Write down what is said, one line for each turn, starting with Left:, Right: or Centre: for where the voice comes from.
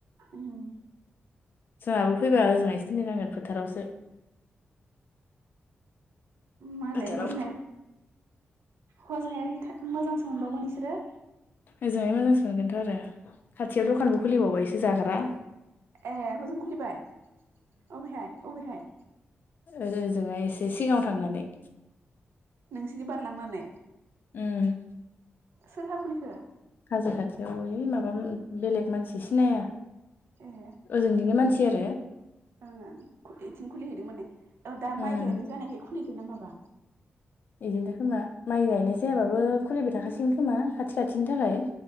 Right: उम
Left: जोंहाबो फैबा ओजोंहायसो दोनहैनांगोन फोथारावसो।
Right: मालाय
Left: फोथाराव
Right: हजोंहाय हजोंहाय मोजांसो मोनबावगोन इसोरो।
Left: ओजोंहाय मोजांसो मोनगोनथ' आरो खाथियाव दखानबो खुलिबावबाय सो जाग्रा।
Right: ए हजों खुलिबाय अबेहाय अबेहाय?
Left: ओजों हाय एसे सिगाङाव थांनानै।
Right: नोंसिनि बारलांनानै?
Left: उम
Right: सोरहा खुलिखो
Left: हाजो खाथियाव ओइ माबा बेलेग मानसि सिनाया।
Right: ए
Left: ओजोंनिनो मानसि आरो-
Right: ओं ओं बेथिं खुलिहैदों माने औ दा
Left: उम
Right: माइ गायनाय जानायखाय खुलिदों ना माबा?
Left: बिदिनोथ खोमा माइ गायनाय जायाबाबो खुलिबाय थाखासिगोन खोमा खाथि खाथिनि थाखाय-